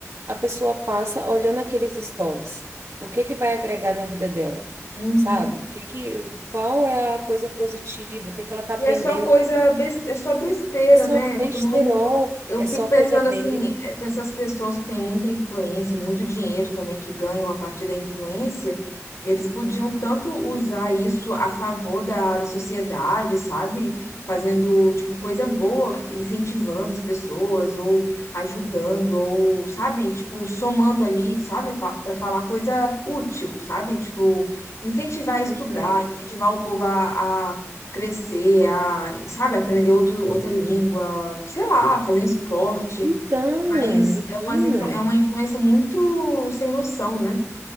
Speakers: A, on the right; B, on the left.
A: a pessoa passa olhando aqueles stories. O que que vai agregar na vida dela?
B: Uhum.
A: Sabe? O que que, qual é a coisa positiva? O que que ela está
B: E
A: aprendendo?
B: é só coisa, bes- é só besteira,
A: É só
B: né?
A: besterol,
B: Tipo, Não, eu
A: é
B: fico
A: só
B: pensando
A: coisa besta.
B: assim, eh, tem essas pessoas que têm muita influência, e muito dinheiro também que ganham a partir da influência, eles podiam tanto usar isso a favor da, da sociedade, sabe? Fazendo, tipo, coisa boa, incentivando as pessoas, ou ajudando, ou, sabe? Tipo, somando ali, sabe? Fa para falar coisa útil, sabe? Tipo, incentivar a estudar,
A: Uhum.
B: incentivar o povo a crescer, a, sabe, aprender outro, outra língua, sei lá, fazer um esporte.
A: Então,
B: Mas é, umas,
A: menino,
B: influ- é uma influência muito sem noção, né?